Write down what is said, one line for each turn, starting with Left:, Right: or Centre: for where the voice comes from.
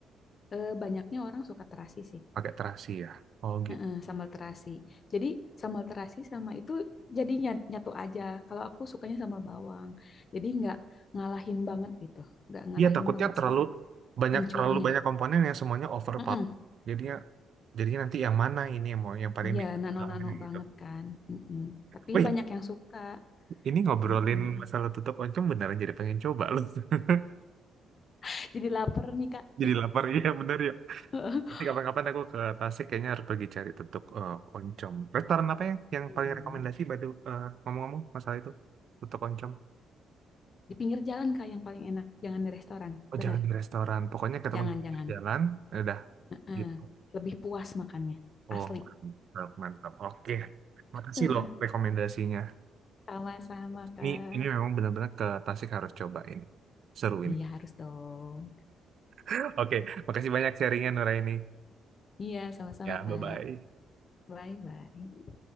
Left: Eh, banyaknya orang suka terasi sih.
Right: Pakai terasi ya. Oh gitu.
Left: Heeh, sambal terasi. Jadi sambal terasi sama itu jadi nya- nyatu aja. Kalau aku sukanya sambal bawang. Jadi nggak ngalahin banget gitu. Nggak ngalahin
Right: Iya takutnya
Left: banget
Right: terlalu
Left: si
Right: banyak
Left: pencurnya.
Right: terlalu banyak komponen yang semuanya overpower.
Left: Heeh.
Right: Jadinya jadinya nanti yang mana ini yang mau yang paling
Left: Iya,
Right: bintang
Left: nano-nano
Right: tamunya
Left: banget
Right: gitu.
Left: kan. Heeh. Tapi
Right: Wih,
Left: banyak yang suka.
Right: ini ngobrolin
Left: Heeh.
Right: masalah tutuk oncom beneran jadi pengen coba loh. <laughs>
Left: <laughs> Jadi lapar nih, Kak.
Right: Jadi
Left: Ya.
Right: lapar iya bener ya
Left: <laughs>
Right: Nanti kapan-kapan aku ke Tasik kayaknya harus pergi cari tutup eh, oncom. Restoran apa ya yang
Left: Hmm.
Right: paling rekomendasi Badu eh, ngomong-ngomong masalah itu tutup oncom.
Left: Di pinggir jalan Kak yang paling enak, jangan di restoran.
Right: Oh
Left: benar,
Right: jangan di restoran, pokoknya ketemu
Left: jangan
Right: di pinggir
Left: jangan.
Right: jalan, ya udah
Left: Heeh.
Right: gitu.
Left: Lebih puas makannya,
Right: Oh
Left: asli.
Right: mantap mantap. Oke, makasih
Left: Heeh.
Right: loh rekomendasinya.
Left: Sama-sama Kak.
Right: Ini ini memang benar-benar ke Tasik harus cobain. Seru ini.
Left: Iya harus dong.
Right: <laughs> Oke, makasih banyak sharingnya Nuraini.
Left: Iya sama-sama
Right: Ya, bye-bye.
Left: Kak. Bye bye.